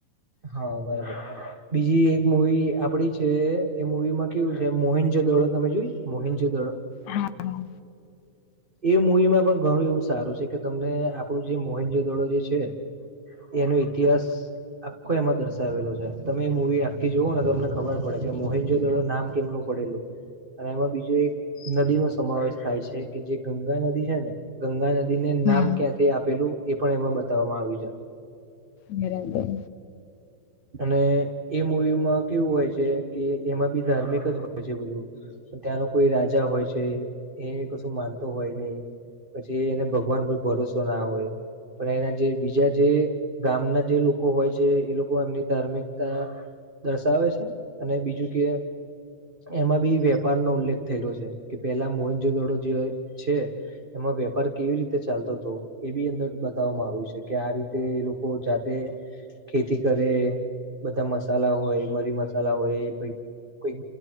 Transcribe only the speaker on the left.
હા હા
હોય
બરાબર